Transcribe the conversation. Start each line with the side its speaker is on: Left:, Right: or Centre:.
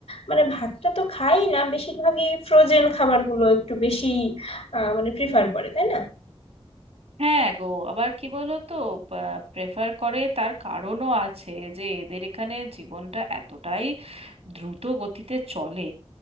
Left: মানে ভাতটা তো খায় না বেশিরভাগই ফ্রোজেন খাবারগুলো একটু বেশি আহ মানে প্রিফার করে তাই না
Right: হ্যাঁ গো আবার কি বলো তো প্রেফার করে তার কারণও আছে যে এদের এখানে জীবনটা এতটাই দ্রুত গতিতে চলে